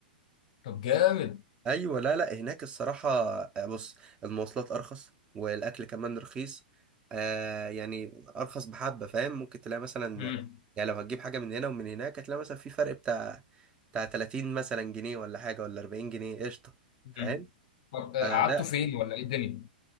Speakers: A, on the left (about 45°); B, on the right (about 20°).
A: طب جامد
B: ايوه لا لا هناك الصراحه آه، بص المواصلات ارخص والاكل كمان رخيص آه يعني ارخص بحبه فاهم ممكن تلاقي مثلا
A: امم
B: يعني لو هتجيب حاجه من هنا ومن هناك هتلاقي مثلا في فرق بتاع بتاع 30 مثلا جنيه ولا حاجه ولا 40 جنيه قشطه فاهم
A: امم طب آه،
B: آه
A: قعدتوا
B: لا
A: فين ولا إيه الدنيا؟